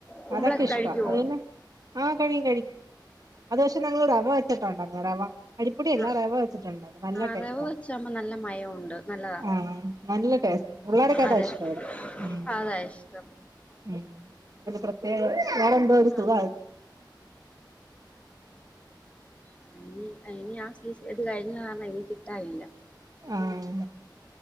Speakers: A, on the left; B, on the right.
A: കുമ്പിളൊക്കെ
B: അതൊക്കെ ഇഷ്ടാ
A: കഴിക്കുവോ
B: അതന്നെ ആ കഴിയും കഴിക്ക അത് പക്ഷേ ഞങ്ങള് റവ വെച്ചിട്ടാ ഉണ്ടക്കാ റവ. അരിപ്പൊടിയല്ല
A: ആ
B: റവ വെച്ചിട്ടുണ്ടാക്ക നല്ല
A: ആ
B: ടേസ്റ്റ.
A: റവ വെച്ചാകുമ്പോ നല്ല മയമുണ്ട് നല്ലതാ
B: ആഹ നല്ല ടേസ്റ്റ് പുള്ളേര് ക്കതാ
A: അതെ
B: ഷ്ടം ഇവടെ ഉം
A: അതാ ഇഷ്ടം
B: ഉം അ പ്രത്യേക വേറെന്തോ ഒരു
A: ആ
B: സുഖ
A: ആ ഇനി എനി ആ സീസ് ഇത് കഴിഞ്ഞ ഞാർണോ ഇനി കിട്ടാനില്ല.
B: ആഹ്